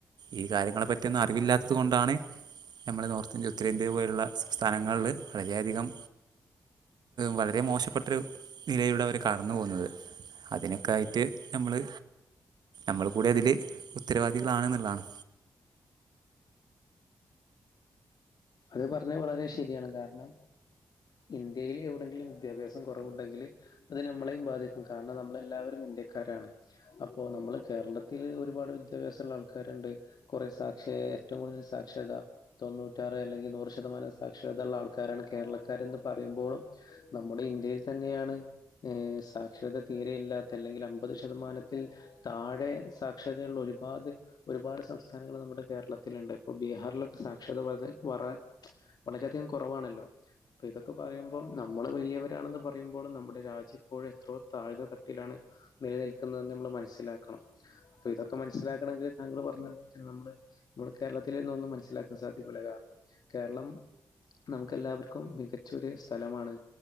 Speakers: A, on the right; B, on the left.
A: ഈ കാര്യങ്ങളെപ്പറ്റിയൊന്നും അറിവില്ലാത്തത് കൊണ്ടാണ് നമ്മൾ നോർത്ത് ഇന്ത്യ ഉത്തരേന്ത്യ ഇതേപോലുള്ള സംസ്ഥാനങ്ങളിൽ വളരെയധികം വളരെ മോശപ്പെട്ടരു യിലൂടെ അവർ കടന്നു പോകുന്നത്. അതിനൊക്കെയായിട്ട് നമ്മള് നമ്മൾ കൂടെ അതിൽ ഉത്തരവാദികളാണ് എന്നുള്ളതാണ്.
B: അത് പറഞ്ഞത് വളരെ ശരിയാണ്. കാരണം? ഇന്ത്യയിൽ എവിടെയെങ്കിലും വിദ്യാഭ്യാസം കുറവുണ്ടെങ്കിൽ അത് നമ്മളെയും ബാധിക്കും. കാരണം നമ്മളെല്ലാവരും ഇന്ത്യക്കാരാണ്. അപ്പോ നമ്മള് കേരളത്തില് ഒരുപാട് വിദ്യാഭ്യാസം ഉള്ള ആൾക്കാരുണ്ട് കുറെേ സാക്ഷര ഏറ്റവും കൂടുതൽ സാക്ഷരത തൊണ്ണൂറ്റാറ് അല്ലെങ്കിൽ നൂറ് ശതമാനം സാക്ഷരതയുള്ള ആൾക്കാരാണ് കേരളക്കാരെന്ന് പറയുമ്പോളും നമ്മുടെ ഇന്ത്യയിൽ തന്നെയാണ് ഏ സാക്ഷരത തീരെയില്ലാത്ത അല്ലെങ്കിൽ അമ്പത് ശതമാനത്തിൽ താഴെ സാക്ഷരതയുള്ള <unintelligible> ഒരുപാട് സംസ്ഥ സംസ്ഥാനങ്ങൾ നമ്മുടെ കേരളത്തിലുണ്ട്. ഇപ്പൊ ബീഹാറിലൊക്കെ സാക്ഷരത വളരെ വറെ വളരെ അധികം കുറവാണല്ലോ? ഇപ്പ ഇതൊക്കെ പറയുമ്പോൾ നമ്മള് വലിയവരാണെന്ന് പറയുമ്പോളും നമ്മുടെ രാജ്യം ഇപ്പോഴും എത്രയോ താഴ്ന്ന തട്ടിലാണ്. നിലനിൽക്കുന്നതെന്ന് നമ്മൾ മനസ്സിലാക്കണം. അപ്പൊ ഇതൊക്കെ മനസ്സിലാക്കണെങ്കിൽ താങ്കൾ പറഞ്ഞ നമ്മള് നമ്മുടെ കേരളത്തിൽ നിന്നു ഒന്നും മനസ്സിലാക്കാൻ സാധിക്കൂല. കാരണം കേരളം നമുക്ക് എല്ലാവർക്കും മികച്ചൊരു സ്ഥലമാണ്.